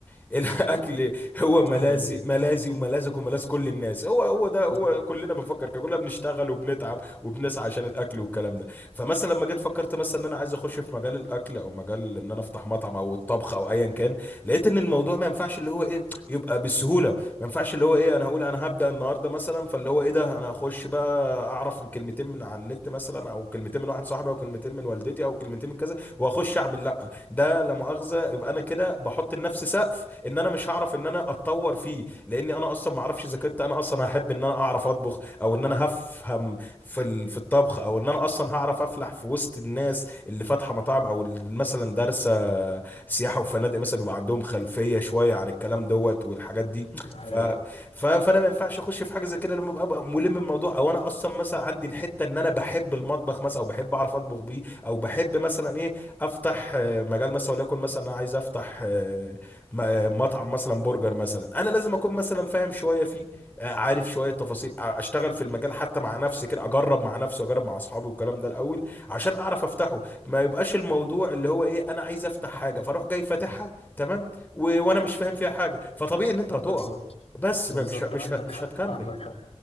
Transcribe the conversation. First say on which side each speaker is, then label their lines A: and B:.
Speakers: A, on the left; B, on the left.
A: <laughs> الاكل هو ملاذي
B: ده حقيقي
A: ملاذي وملاذك وملاذ كل الناس هو هو ده هو
B: ده حقيقي
A: كلنا بنفكر كده، كلنا بنشتغل وبنتعب وبنسعى عشان الاكل والكلام ده فمثلا لما جيت فكرت مثلا ان انا عايز اخش في مجال الاكل او مجال ان انا افتح مطعم او الطبخ او ايا كان لقيت ان الموضوع ما ينفعش اللي هو ايه يبقى بالسهوله ما ينفعش اللي هو ايه انا هقول انا هبدأ النهارده مثلا فاللي هو ايه ده انا اخش بقى اعرف من كلمتين من على النت مثلا او كلمتين من واحد صاحبي او كلمتين من والدتي او كلمتين من كذا واخش اعمل لا ده لا مؤاخذه يبقى انا كده بحط لنفسي سقف ان انا مش هعرف ان انا اتطور فيه لاني انا اصلا ما اعرفش اذا كنت انا اصلا هحب ان انا اعرف اطبخ او ان انا هفهم في ال- في الطبخ او ان انا اصلا هعرف افلح في وسط الناس اللي فاتحه مطاعم او اللي مثلا دارسه سياحه وفنادق مثلا بيبقى عندهم خلفيه شويه عن الكلام دوت والحاجات دي
B: ده حقيقي
A: ف... ف... فانا ما ينفعش اخش في حاجه زي كده لما ابقى ملم الموضوع او انا اصلا مثلا عندي الحته ان انا بحب المطبخ مثلا او بحب اعرف اطبخ بيه او بحب مثلا ايه افتح آه، مجال مثلا وليكن مثلا انا عايز افتح آه، م- آه، مطعم مثلا برجر مثلا انا لازم اكون مثلا فاهم شويه فيه آه، عارف شويه تفاصيل آه، اشتغل في المجال حتى مع نفسي كده اجرب مع نفسي واجرب مع اصحابي والكلام ده الاول عشان اعرف افتحه ما يبقاش الموضوع اللي هو ايه انا عايز افتح حاجه فاروح جاي فاتحها تمام و... وانا مش فاهم فيها حاجه فطبيعي ان انت هتقع
B: بالظبط
A: بس
B: بالظبط
A: بقى مش مش
B: عندك
A: مش
B: حق
A: هتكمل
B: عندك حق